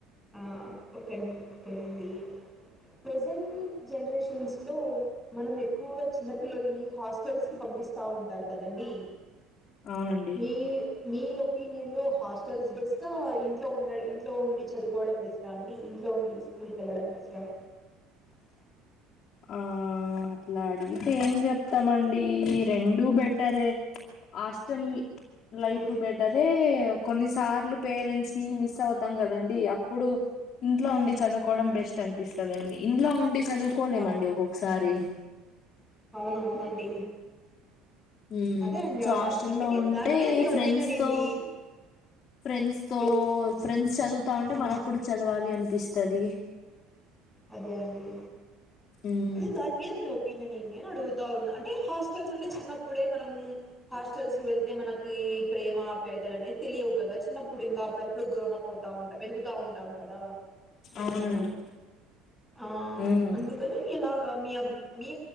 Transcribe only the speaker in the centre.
ఆ ఓక ని ఓకేండి ప్రెజెంట్ జనరేషన్స్ లో మనం ఎక్కువగా చిన్నపిల్లల్ని హాస్టల్స్ కి పంపిస్తూ ఉంటారు కదండి
నీ నీ ఒపినియన్ లో హస్ హాస్టల్స్ బెస్ట ఇంట్లో ఉండ ఇంట్లో ఉండి చదువుకోవడం బెస్ట అండి ఇంట్లో ఉండి స్కూల్కి వెళ్ళడం బెస్ట్ ట
ఓకే
ఆ
అవునవునండి
అదే అండి
అ-
అందుకే
దాని మీద మీ
ఒపీనియన్ ఏంది
వెన్
ఆ,
అదే అండి
అదే దాని మీద మీ ఒపీనియన్ ఏంది అని అడుగుతు ఉ అంటే హాస్టల్స్ అంటే చిన్నప్పుడే మనము హాస్టల్స్ కి వెళ్తే మనకి ప్రేమ ఆప్యాయత అనేది తెలియవు కదా చిన్నప్పుడు ఇంకా అప్పుడప్పుడు గ్రోన్ అప్ అవుతా ఉంటాం ఎదుగుతా ఉంటాం కదా మనము
ఆ
అందుకు ఎలాగా మీ అభి మీ